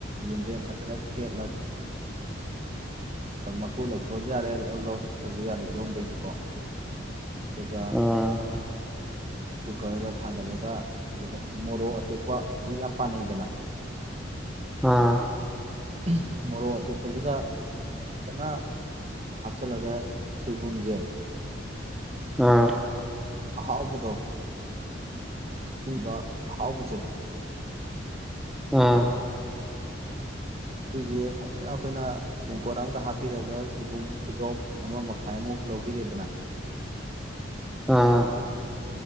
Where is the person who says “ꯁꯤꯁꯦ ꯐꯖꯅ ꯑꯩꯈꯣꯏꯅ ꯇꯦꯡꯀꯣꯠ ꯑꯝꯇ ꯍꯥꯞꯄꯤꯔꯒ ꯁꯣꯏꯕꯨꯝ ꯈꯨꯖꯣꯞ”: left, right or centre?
Right